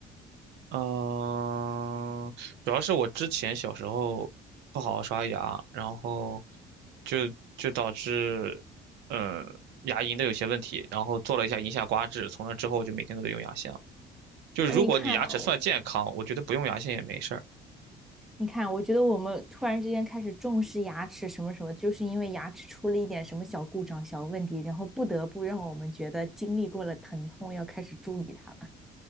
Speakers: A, on the right (about 85°); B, in the centre.
A: 嗯，主要是我之前小时候不好好刷牙，然后就就导致，呃，牙龈的有些问题，然后做了一下龈下刮治，从那之后就每天都得用牙线了就是如果你牙齿算健康，
B: 啊，你看哦，
A: 我觉得不用牙线也没事儿。
B: 你看，我觉得我们突然之间开始重视牙齿什么什么，就是因为牙齿出了一点什么小故障、小问题，然后不得不让我们觉得经历过了疼痛，要开始注意它了。